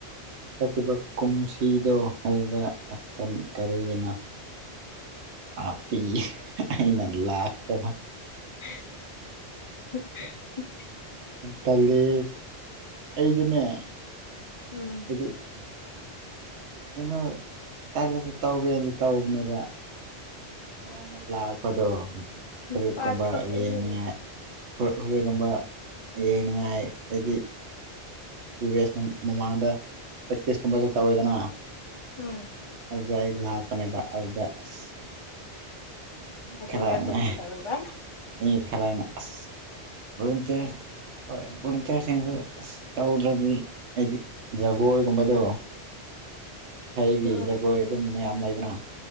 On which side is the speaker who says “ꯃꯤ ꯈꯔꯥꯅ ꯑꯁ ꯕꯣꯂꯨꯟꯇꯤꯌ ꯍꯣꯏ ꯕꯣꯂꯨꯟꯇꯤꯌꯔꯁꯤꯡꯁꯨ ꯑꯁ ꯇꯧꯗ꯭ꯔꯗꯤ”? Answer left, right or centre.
Right